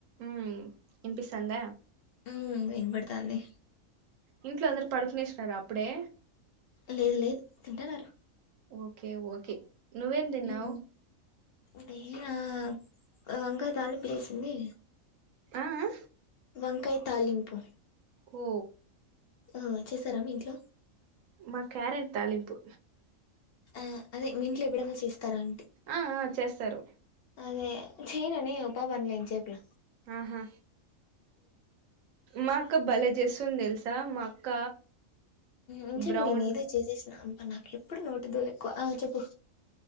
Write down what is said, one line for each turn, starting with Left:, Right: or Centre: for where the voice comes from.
Right: ఉమ్ వినిపిస్తాంద
Left: ఉ వినపడతాంది.
Right: ఇంట్లో అందరు పడుకునేసినార అప్పుడే
Left: లేదు లేదు తింటన్నారు.
Right: ఓకే ఓకే నువ్వేం తిన్నావు
Left: తిన్ నేనా ఆ వంకాయ తాలింపు చేసింది.
Right: ఆ ఆ
Left: వంకాయ్ తాలింపు
Right: ఓ
Left: అ చేసారామ్మ ఇంట్లో
Right: మా క్యారెట్ తాలింపు
Left: ఆ అదే మీ ఇంట్లో ఎప్పుడైనా చేస్తారాం
Right: ఆ అ చేస్తారు.
Left: అదే చేయనానే ఉప్పా పన్లేం చెేప్పిన
Right: ఆహా మాకు భలే జెస్సుంది తెలుసా మా అక్క
Left: ఊ చెప్
Right: బ్రౌన్
Left: నేను ఏదో చేసేసిన నాకు ఎప్పుడు నోటు దూల ఎక్కువ ఆ చెప్పు